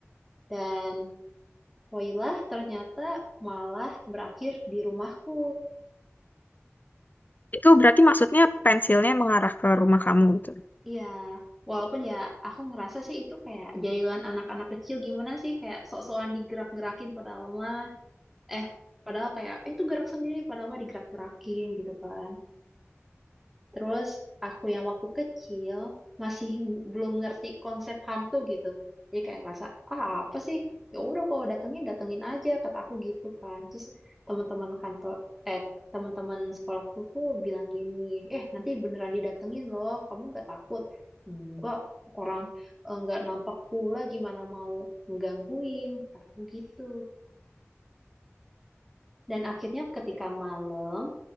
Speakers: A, in the centre; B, on the left.
A: dan Woilah ternyata malah berakhir di rumahku.
B: Itu berarti maksudnya pensilnya mengarah ke rumah kamu gitu.
A: Iya, walaupun ya aku ngerasa sih itu kayak jailan anak-anak kecil gimana sih kayak sok-sokan digerak-gerakin padahal mah eh padahal kayak "Eh, itu gerak sendiri padahal mah digerak-gerakin gitu kan terus aku yang waktu kecil masih n- belum ngerti konsep hantu gitu jadi kayak ngerasa ah apa sih ya udah kalau datengin datengin aja kata aku gitu kan terus teman-teman kantor eh teman-teman sekolahku tuh bilang gini eh nanti beneran didatengin loh kamu nggak takut enggak orang eh, nggak nampak pula gimana mau ngegangguin kataku gitu dan akhirnya ketika malam